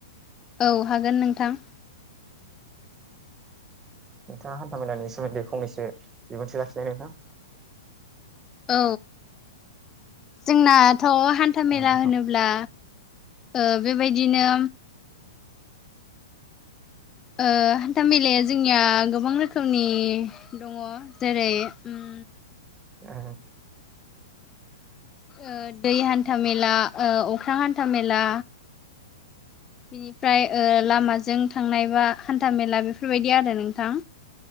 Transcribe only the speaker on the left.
औ हागोन नोंथां।
औ जोंनाथ' हान्थामेला
होनोब्ला ओ बेबायदिनो ओ हान्था मेलाया जोंनिया गोबां रोखोमनि दङ। जेरै उम
ओ दै हान्था मेला ओ अख्रां हान्था मेला बिनिफ्राय ओ लामाजों थांनाय बा हान्थाामेला बेफोरबायदि आरो नोंथां।